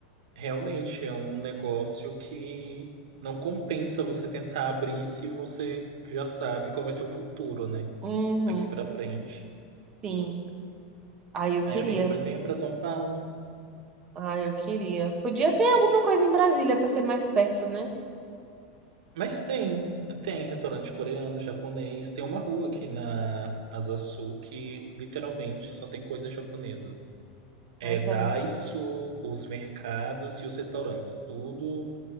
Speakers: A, on the right; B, on the right.
A: realmente é um negócio que não compensa você tentar abrir se você já sabe qual vai ser o futuro, né?
B: Uhum,
A: Daqui pra frente.
B: sim. Aí eu queria.
A: Aí, amiga, pois venha pra São Paulo.
B: Ai, eu queria. Podia ter alguma coisa em Brasília pra ser mais perto, né?
A: Mas tem, tem restaurante coreano, japonês. Tem uma rua aqui na Asa Sul que literalmente só tem coisas japonesas. É
B: Ai, será?
A: Daiso, os mercados e os restaurantes, tudo